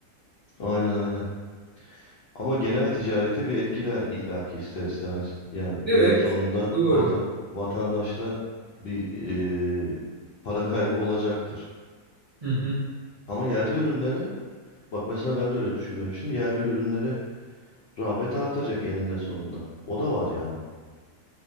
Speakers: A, on the left; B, on the right.
A: Aynen aynen. Ama genel ticareti bir etkiler illaki ister istemez. Yani günün
B: Evet,
A: sonunda
B: doğru.
A: vata vatandaşta bir eee, para kaybı olacaktır.
B: Hı hı.
A: Ama yerli ürünleri Bak mesela ben de öyle düşünmemiştim. Yerli ürünlere rağbet artacak eninde sonunda. O da var yani.